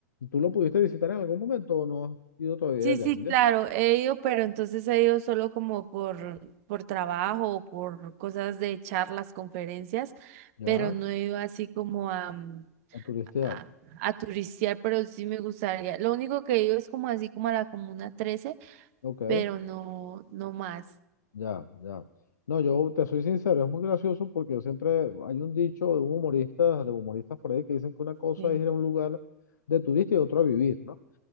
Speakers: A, on the left (about 80°); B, on the right (about 55°).
A: ¿tú lo pudiste visitar en algún momento o no has ido todavía
B: Sí,
A: allá,
B: sí,
A: Julia?
B: claro, he ido, pero entonces he ido solo como por, por trabajo o por cosas de charlas, conferencias,
A: Ya,
B: pero no he ido así como a, mm,
A: a turistear.
B: a, a turistear, pero sí me gustaría. Lo único que he ido es como así como a la Comuna Trece,
A: Ok,
B: pero no, no más.
A: ya, ya. No, yo te soy sincero, es muy gracioso porque yo siempre hay un dicho de un humorista, de humoristas por ahí que dicen que una cosa
B: Sí,
A: es ir a un lugar de turista y otra a vivir, ¿no?